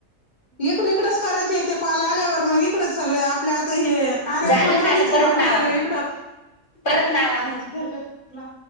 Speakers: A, on the left; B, on the left.
A: इकड -इकडच करायचे ते कॉल आल्यावर मग इकडेच सगळे आपल्या आता हे कार्या
B: झालं
A: ॲप
B: झालं
A: मध्येच ना
B: परत
A: आपण
B: लावा
A: सगळे इकडं
B: परत लावा.
A: ह धर ग लाव.